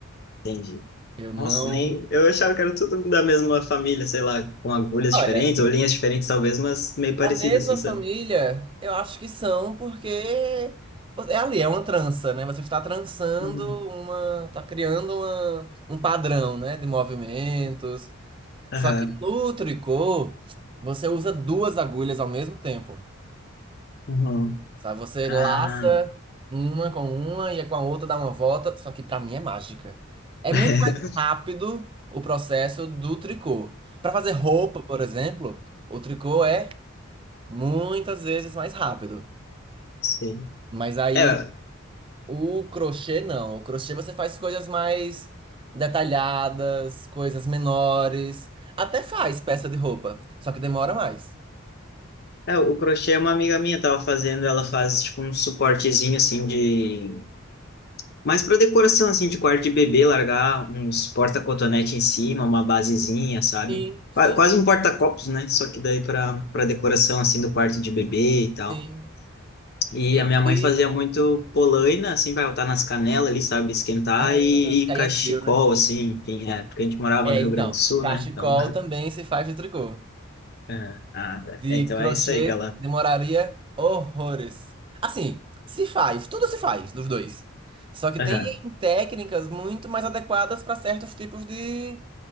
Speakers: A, on the left (about 50°); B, on the right (about 25°).
A: entendi.
B: Eu não.
A: Nossa, nem, eu achava que era tudo da mesma família, sei lá, com agulhas
B: Olha,
A: diferentes ou linhas diferentes, talvez, mas meio parecido,
B: da mesma
A: assim,
B: família,
A: sabe?
B: eu acho que são, porque você- é ali, é uma trança, né? Você está trançando
A: Uhum.
B: uma. Está criando uma, um padrão, né? De movimentos. Só
A: Aham.
B: que no tricô, você usa duas agulhas ao mesmo tempo.
A: Uhum.
B: Sabe? Você laça
A: Ah,
B: uma com uma e com a outra dá uma volta, só que pra mim é mágica. É
A: <laughs>
B: muito mais rápido o processo do tricô. Pra fazer roupa, por exemplo, o tricô é muitas vezes mais rápido.
A: Sim.
B: Mas aí
A: É,
B: o crochê não. O crochê você faz coisas mais detalhadas, coisas menores. Até faz peça de roupa, só que demora mais.
A: É, o crochê é uma amiga minha tava fazendo, ela faz tipo um suportezinho assim de mais para decoração assim de quarto de bebê, largar uns porta-cotonete em cima, uma basezinha, sabe?
B: Sim, sim,
A: Qua- Quase um porta-copos, né? Só que daí para para decoração assim do quarto de bebê e tal.
B: sim.
A: E
B: Eu
A: a minha mãe
B: fiz.
A: fazia muito polaina, assim, para botar nas canelas ali, sabe, esquentar
B: Ah,
A: e,
B: porque
A: e
B: aí
A: cachecol
B: é frio, né?
A: assim, enfim, é, porque a gente morava
B: É,
A: no Rio
B: então,
A: Grande do Sul,
B: cachecol
A: né? Então,
B: também se faz de tricô.
A: <laughs> é, ah, tá.
B: De
A: É, então
B: crochê
A: é isso aí que ela.
B: demoraria horrores. Assim, se faz, tudo se faz dos dois. Só que
A: Aham.
B: tem técnicas muito mais adequadas para certos tipos de,